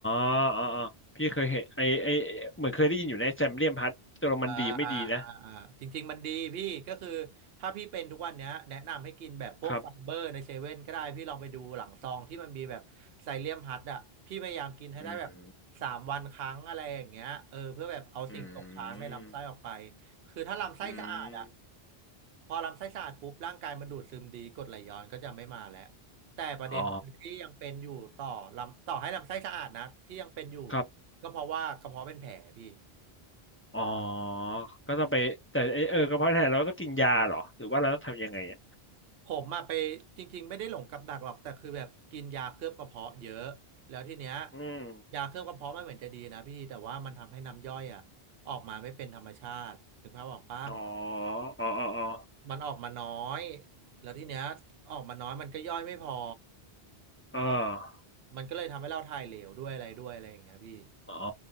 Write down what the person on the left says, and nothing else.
อ๋อพี่เคยเห็นไอไอเหมือนเคยได้ยินอยู่ในแซมเลียมพัดตัวมันดีไม่ดีนะ
ครับอืมอืม
อืม
อ๋อครับ
อ๋อก็ต้องไปแต่เอเออกระเพาะอาหารเราก็ต้องกินยาเหรอหรือว่าเราต้องทำยังไงอะ
อืม
อ๋ออ๋ออ๋ออ๋อ
เออ
อ๋อ